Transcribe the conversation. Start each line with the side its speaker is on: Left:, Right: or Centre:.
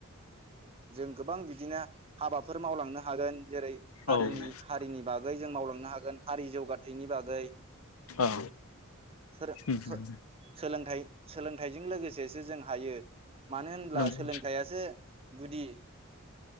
Right: <unintelligible> जों गोबां बिदिनो हाबाफोर मावलांनो हागोन जेरै हारिनि
Left: औ
Right: हारिनि बागै जों मावलांनो हागोन। आरि जौगाथाय बिनिबागै
Left: औ
Right: फोरों
Left: उम
Right: -फोरों‌ सोलोंथाइ-सोलोंथाइजों लोगोसेसो जों हायो मानो होनब्ला
Left: नंगौ
Right: सोलोंथाइयासो गुदि।